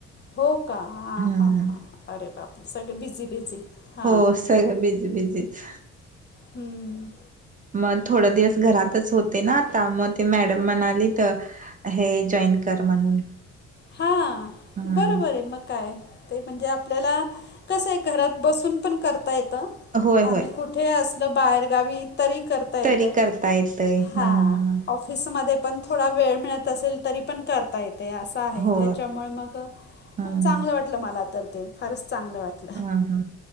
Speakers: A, on the left (about 35°); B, on the right (about 25°).
A: हो का हां
B: हम्म.
A: हां हां अरे बाप. सगळे बिझी बिझी. हां
B: हो सगळं बिझी बिझीच.
A: हम्म.
B: मग थोड दिवस घरातच होते ना आता. मग ते मॅडम म्हणाली त हे जॉईन कर म्हणून.
A: हा
B: हम्म
A: बरोबरे. मग काय? ते म्हणजे आपल्याला कसंय. घरात बसून पण करता येत.
B: होय
A: आणि
B: होय
A: कुठ ठे असल बाहेगावी तरी करता येत.
B: तरी करता येतय
A: हा.
B: हम्म
A: ऑफ फिसमध्ये पण थोडा वेळ मिळत असेल. तरी पण करता येत हे आस आहे.
B: हो
A: त्याच्यामुळे मग
B: हम्म
A: चांगलं वाटलं मला तर ते. फारच चांगलं वाटल.
B: हा हा.